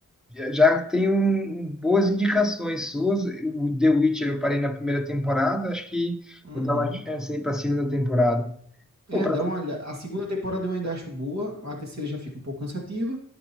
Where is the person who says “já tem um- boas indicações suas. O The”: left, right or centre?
Centre